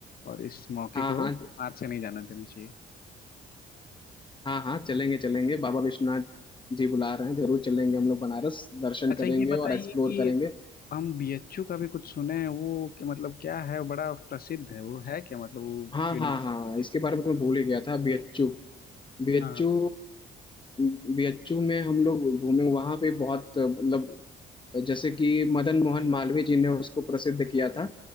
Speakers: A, on the left; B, on the left.
A: और इस मौके
B: हाँ
A: को
B: हाँ
A: हाथ से नहीं जाने देना चाहिए
B: हाँ हाँ चलेंगे चलेंगे बाबा विश्वनाथ जी बुला रहे हैं जरूर चलेंगे हम लोग बनारस दर्शन
A: अच्छा
B: करेंगे
A: ये बताइए
B: और एक्सप्लोर
A: कि
B: करेंगे
A: हम बीएचयू का भी कुछ सुने हैं वो कि मतलब क्या है बड़ा प्रसिद्ध है वो है क्या मतलब वो
B: हाँ
A: यूनिवर्सिटी
B: हाँ हाँ
A: है
B: इसके बारे में तो मैं भूल ही गया था बीएचयू बीएचयू
A: हाँ
B: बीएचयू में हम लोग घूमे वहां पे बहुत मतलब जैसे कि मदन मोहन मालवीय जी ने उसको प्रसिद्ध किया था